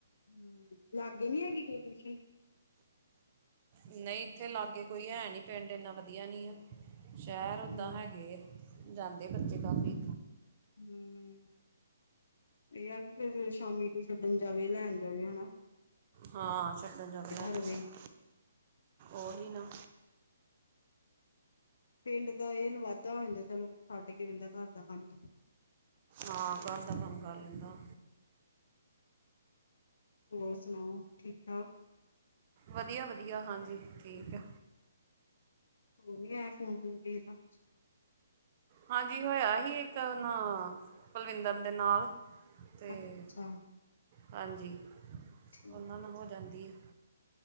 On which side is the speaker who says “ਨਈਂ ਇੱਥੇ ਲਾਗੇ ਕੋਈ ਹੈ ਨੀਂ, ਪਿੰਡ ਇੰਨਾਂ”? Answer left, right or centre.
Right